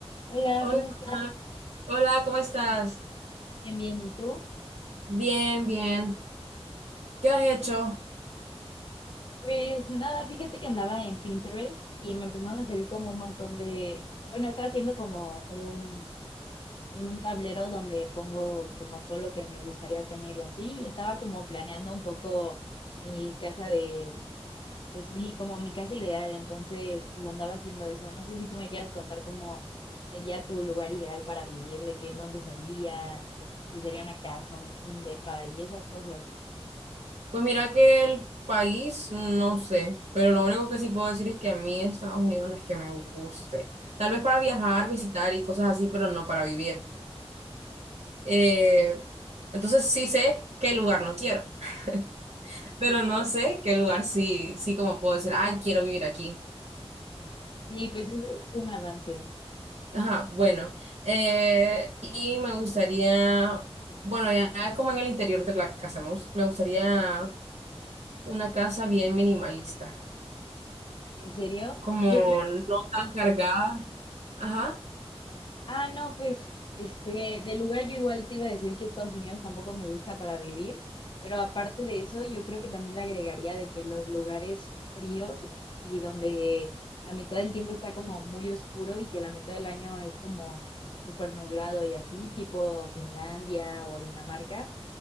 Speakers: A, on the left; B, on the right.
A: Hola,
B: Hola,
A: ¿cómo estás?
B: Ana. hola, ¿cómo estás?
A: Bien, bien, ¿y tú?
B: Bien, bien. ¿Qué has hecho?
A: Pues nada, fíjate que andaba en Pinterest y me empezaron a salir como un montón de, bueno, estaba haciendo como un, un tablero donde pongo como todo lo que me gustaría tener y así, y estaba como planeando un poco mi casa de, pues sí, como mi casa ideal, entonces pues andaba haciendo eso. No sé si tú me quieras contar cómo sería tu lugar ideal para vivir, de qué, en dónde sería, tu- si sería una casa, un, un depa y esas cosas.
B: Pues mira que el país, no sé, pero lo único que sí puedo decir es que a mí Estados Unidos no es que me guste. Tal vez para viajar, visitar y cosas así, pero no para vivir. Eh, entonces sí sé qué lugar no quiero, <laughs> pero no sé qué lugar sí, sí como puedo decir, ay, quiero vivir aquí.
A: Sí, pues es, es un avance.
B: Ajá, bueno, eh, y me gustaría, bueno, ya es como en el interior de la casa, me, gus- me gustaría una casa bien minimalista,
A: ¿En serio?
B: como
A: Yo creo...
B: no tan cargada. Ajá,
A: Ah, no, pues, este, del lugar yo igual te iba a decir que Estados Unidos tampoco me gusta para vivir, pero aparte de eso, yo creo que también le agregaría de que los lugares fríos y donde la mitad del tiempo está como muy oscuro y que la mitad del año es como súper nublado y así, tipo Finlandia o Dinamarca,